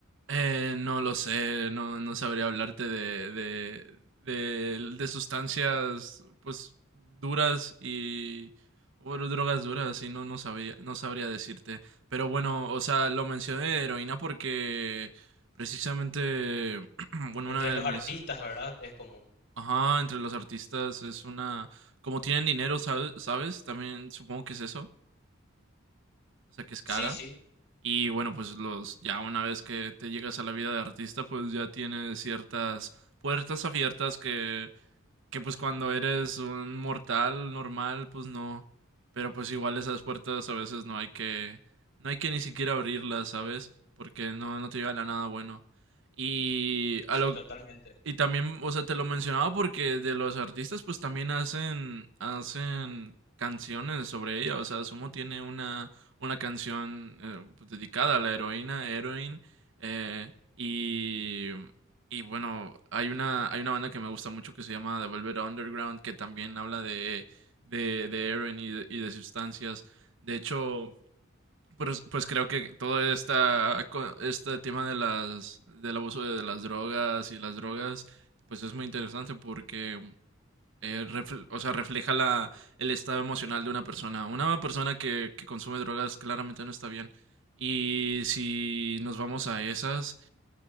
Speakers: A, on the right; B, on the left.
A: Eh, no lo sé, no, no sabría hablarte de, de, de, de sustancias pues duras y bueno, drogas duras, y no, no sabía, no sabría decirte. Pero bueno, o sea, lo mencioné heroína porque precisamente, <clears throat> bueno,
B: Entre
A: una
B: los
A: de mis,
B: artistas, ¿verdad? Es común.
A: ajá, entre los artistas es una, como tienen dinero, ¿sabes? ¿Sabes? También supongo que es eso, o sea, que es cara.
B: Sí, sí,
A: Y bueno, pues los, ya una vez que te llegas a la vida de artista, pues ya tienes ciertas puertas abiertas que, que pues cuando eres un mortal normal, pues no. Pero pues igual esas puertas a veces no hay que, no hay que ni siquiera abrirlas, ¿sabes? Porque no, no te llevan a nada bueno. Y
B: sí,
A: a lo,
B: totalmente.
A: y también, o sea, te lo mencionaba porque de los artistas, pues también hacen, hacen canciones sobre ella. O sea, Sumo tiene una, una canción eh, pues, dedicada a la heroína, Heroin. eh, y, y bueno, hay una, hay una banda que me gusta mucho que se llama The Velvet Underground, que también habla de, de, de heroin y de, y de sustancias. De hecho, pues, pues creo que todo esta, co- este tema de las, del abuso de las drogas y las drogas, pues es muy interesante porque eh, refle- o sea, refleja la, el estado emocional de una persona. Una persona que, que consume drogas claramente no está bien. Y si nos vamos a esas,